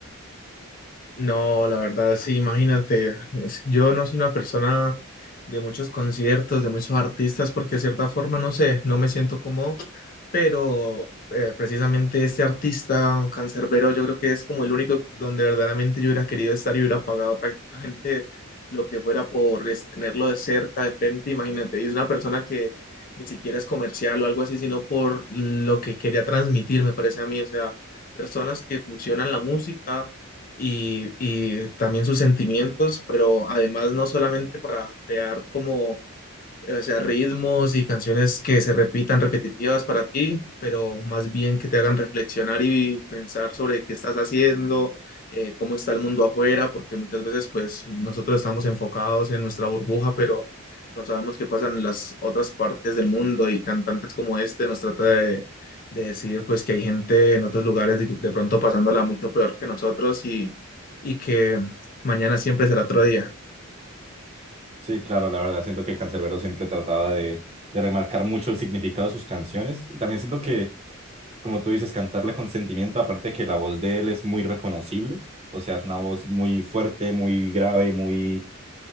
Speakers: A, on the left (about 40°); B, on the right (about 30°).
A: No, la verdad, sí, imagínate, es- yo no soy una persona de muchos conciertos, de muchos artistas, porque de cierta forma, no sé, no me siento cómodo pero eh, precisamente este artista cancerbero yo creo que es como el único donde verdaderamente yo hubiera querido estar y hubiera pagado prácticamente lo que fuera por es- tenerlo de cerca, de frente, imagínate, y es una persona que ni siquiera es comercial o algo así, sino por lo que quería transmitir, me parece a mí, o sea, personas que fusionan la música y, y también sus sentimientos, pero además no solamente para crear como o sea, ritmos y canciones que se repitan repetitivas para ti, pero más bien que te hagan reflexionar y pensar sobre qué estás haciendo, eh, cómo está el mundo afuera, porque muchas veces pues nosotros estamos enfocados en nuestra burbuja, pero no sabemos qué pasa en las otras partes del mundo y cantantes como este nos trata de, de decir pues que hay gente en otros lugares de, de pronto pasándola mucho peor que nosotros y, y que mañana siempre será otro día.
B: Sí, claro, la verdad, siento que Canserbero siempre trataba de, de remarcar mucho el significado de sus canciones y también siento que, como tú dices, cantarla con sentimiento, aparte que la voz de él es muy reconocible, o sea, es una voz muy fuerte, muy grave, muy,